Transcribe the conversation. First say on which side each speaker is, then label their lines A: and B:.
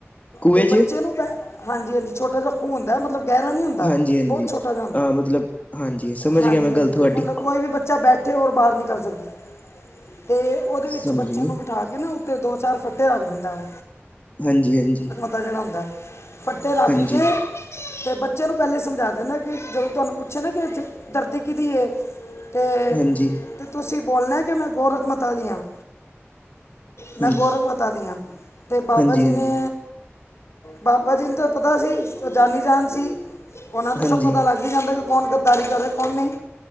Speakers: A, on the left (about 35°); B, on the left (about 75°).
A: ਕੂਏ
B: ਤੇ
A: ਚ
B: ਬੱਚੇ ਪ ਹਾਂਜੀ ਹਾਂ ਛੋਟਾ ਜਿਹਾ ਖੂਹ ਹੁੰਦਾ ਮਤਲਬ ਗਹਿਰਾ ਨਹੀਂ ਹੁੰਦਾ
A: ਹਾਂਜੀ ਹਾਂਜੀ
B: ਬਹੁਤ ਛੋਟਾ ਜਿਹਾ ਹੁੰਦਾ
A: ਅ ਮਤਲਬ ਹਾਂਜੀ ਸਮਝ
B: ਹਾਂਜੀ
A: ਗਿਆ ਮੈਂ
B: ਹਾਂਜੀ
A: ਗੱਲ ਤੁਹਾਡੀ
B: ਮਤਲਬ ਕੋਈ ਵੀ ਬੱਚਾ ਬੈਠੇ ਹੋਰ ਬਾਹਰ ਨਿਕਲ ਸਕਦਾ ਤੇ ਉਹਦੇ
A: ਸਮਝ
B: ਵਿੱਚ ਬੱਚਿਆਂ
A: ਗਈ
B: ਨੂੰ ਬਿਠਾ ਕੇ ਨਾ ਉੱਤੇ ਦੋ ਚਾਰ ਫੱਟੇ ਰੱਖ ਦਿੰਦਾ ਉਹ
A: ਹਾਂਜੀ ਹਾਂਜੀ
B: ਇਹੋ ਜਿਹਾ ਹੁੰਦਾ ਫੱਟੇ ਰੱਖ
A: ਹਾਂਜੀ
B: ਕੇ ਤੇ ਬੱਚੇ ਨੂੰ ਪਹਿਲੇ ਸਮਝਾ ਦੇਣਾ ਕਿ ਜਦੋਂ ਤੁਹਾਨੂੰ ਪੁੱਛੇ ਨਾ ਕਿ ਧਰਤੀ ਕਿਹਦੀ ਤੇ
A: ਹਾਂਜੀ ਹਾਂਜੀ
B: ਤੁਸੀਂ ਬੋਲਣਾ ਕਿ ਮੈਂ ਗੋਰਖ ਮਤਾ ਦੀ ਹਾਂ। ਮੈਂ
A: ਹਾਂਜੀ
B: ਗੌਰਖ ਮਤਾ ਦੀ ਹਾਂ ਤੇ ਬਾਬਾ
A: ਹਾਂਜੀ
B: ਜੀ ਨੇ ਬਾਬਾ ਜੀ ਨੂੰ ਤਾਂ ਪਤਾ ਸੀ ਉਹ ਜਾਨੀ ਜਾਨ ਸੀ ਉਹਨਾਂ ਤੇ
A: ਹਾਂਜੀ
B: ਸਭ ਪਤਾ ਲੱਗ ਲੱਗ ਜਾਂਦਾ ਕਿ ਕੌਣ ਗੱਦਾਰੀ ਕਰੇ ਕੌਣ ਨਹੀਂ